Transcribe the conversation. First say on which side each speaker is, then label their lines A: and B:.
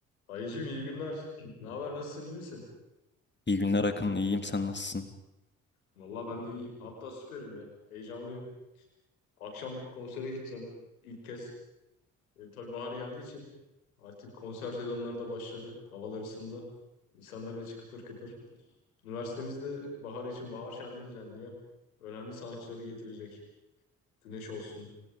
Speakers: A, on the left; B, on the left.
A: Ayıcım iyi günler. Ne haber? Nasılsın? iyi misin?
B: İyi günler Akın, iyiyim sen nasılsın?
A: Valla ben de iyiyim. Hatta süperim ya. Heyecanlıyım. Akşam konsere gideceğim ilk kez. E, tabii bahar geldiği için artık konser sezonları da başladı. Havalar ısındı. İnsanların içi kıpır kıpır. Üniversitemizde bahar için bahar şenliği düzenliyor. Önemli sanatçıları getirecek. Güneş olsun.